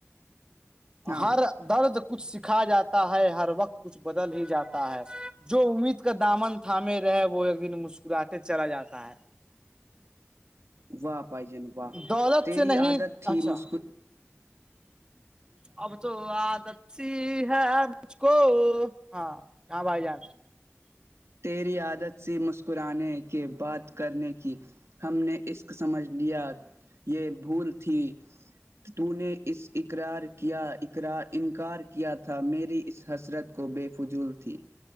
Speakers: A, on the right; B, on the right.
A: ہاں
B: ہر درد کچھ سکھا جاتا ہے ہر وقت کچھ بدل ہی جاتا ہے جو امید کا دامن تھامے رہے وہ ایک دن مسکراتٹے چلا جاتا ہے
A: واہ پائ جن واہ
B: ہے دولت
A: تیری
B: سے نہیں
A: عادت تھی
B: اچھا
A: مسک
B: اب تو آدتی ہے مھ کو ہاں ہاں بھائی جان
A: تیری عادت سی مسکرانے کے بعد کرنے کی ہم نے عشق سمجھ لیا یہ بھول تھی تو نے اس اقرار کیا انکار کیا تھا میری اس حسرت کو بے فجول تھی